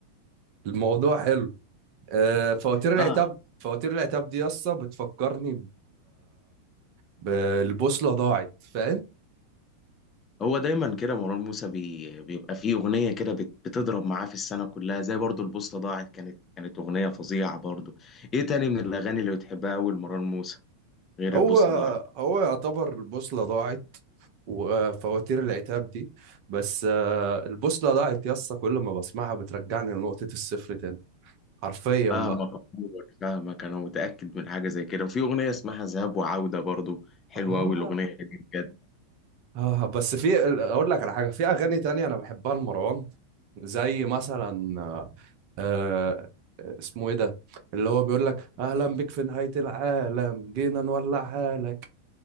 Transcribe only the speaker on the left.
اه
هو دايما كده مروان موسى بي... بيبقى فيه اغنيه كده بت... بتضرب معاه في السنه كلها زي برضو البوصله ضاعت كانت كانت اغنيه فظيعه برضو ايه تاني من الاغاني اللي بتحبها اول مروان موسى غير
البوصله ضاعت
فاهمك
عموماً، فاهمك انا متاكد من حاجه زي كده وفي اغنيه اسمها ذهاب وعوده برضو حلوه
قوي الاغنيه دي بجد